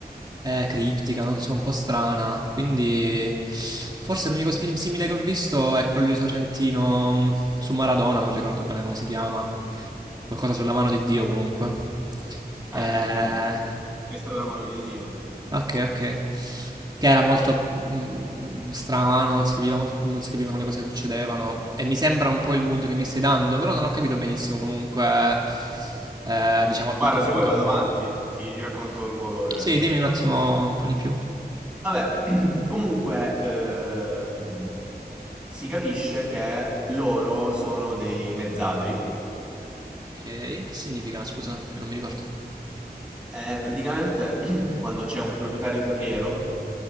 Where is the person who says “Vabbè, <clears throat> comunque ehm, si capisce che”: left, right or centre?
Centre